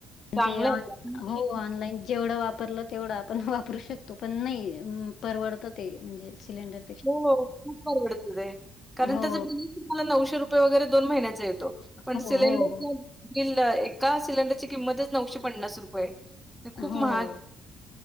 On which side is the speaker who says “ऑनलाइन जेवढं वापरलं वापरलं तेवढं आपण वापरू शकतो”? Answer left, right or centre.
Left